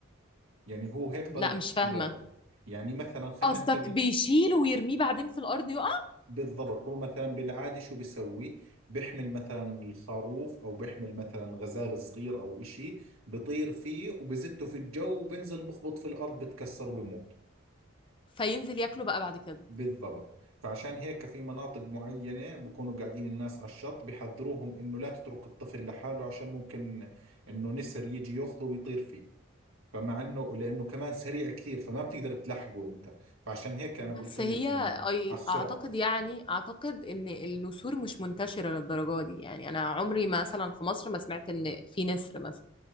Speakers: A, on the right; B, on the left.
A: يعني هو هيك طريقة
B: لا مش
A: الصيادة
B: فاهمه
A: يعني مثلا خلينا
B: قصدك
A: نعتبر
B: بيشيله ويرميه بعدين في الارض يقع
A: بالضبط هو مثلا بالعادة شو بيسوي بيحمل مثلا الخروف أو بيحمل مثلا غزال صغير أو إشي بطير فيه وبزته في الجو وبنزل بخبط في الأرض بتكسر وبموت
B: فينزل ياكله بقى بعد كده
A: بالضبط فعشان هيك في مناطق معينة بكونوا قاعدين الناس على الشط بحذروهم انه لا تترك الطفل لحاله عشان ممكن انه نسر يجي ياخذه ويطير فيه فمع انه لانه كمان سريع كثير فما بتقدر تلحقه انت فعشان هيك
B: بس
A: انا قلت لك
B: هي
A: انه
B: أي
A: على السرعة
B: اعتقد يعني اعتقد ان النسور مش منتشره للدرجه دي يعني انا عمري ما مثلا في مصر ما سمعت ان في نسر مثلا